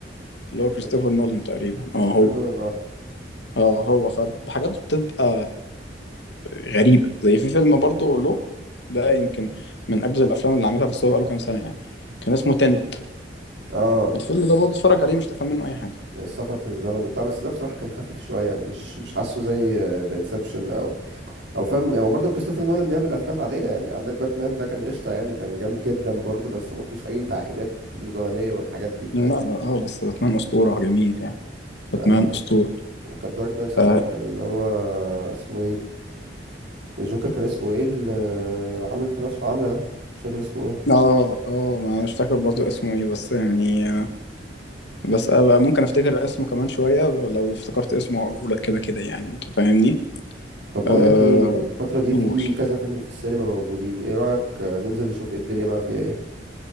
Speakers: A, on the left (about 70°); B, on the right (about 80°).
A: اللي هو
B: <laughs>
A: كريستوفر نولان تقريبا
B: كريستوفر
A: اه هو
B: نولان اه
A: اه هو فحاجات بتبقى غريبة زي في فيلم برضه له ده يمكن من أجدد الأفلام اللي عاملها بس هو بقاله كام سنة يعني كان اسمه تينت
B: اه
A: الفيلم ده برضه اتفرج عليه مش تفهم منه أي حاجة
B: السفر في الزمن وبتاع بس ده بصراحه كان خفيف شويه مش مش حاسه زي ذا انسبشن او فاهم يعني برضه كريستوفر نولان بيعمل افلام عاديه يعني عندك باتمان ده كان قشطه يعني كان جامد جدا برضه بس ما فيهوش اي تعقيدات الزمنيه والحاجات دي فاهم
A: لا لا، اه بس باتمان أسطورة جميل يعني باتمان
B: لا
A: أسطورة
B: وكان دارك نايت ساعتها
A: ف...
B: كان اللي هو اسمه ايه الجوكر كان اسمه ايه اللي عامل في نفسه عامله ده مش فاكر اسمه ايه
A: اه اه ما أنا مش فاكر برضه اسمه ايه بس يعني آه، بس أبقى ممكن افتكر اسمه كمان شوية لو افتكرت اسمه هقوله لك كده كده يعني انت فاهمني
B: طب بقول
A: آه،
B: لك ايه الفتره دي
A: قول
B: في كذا فيلم في السينما موجودين ايه رايك آه، ننزل نشوف ايه الدنيا بقى فيها ايه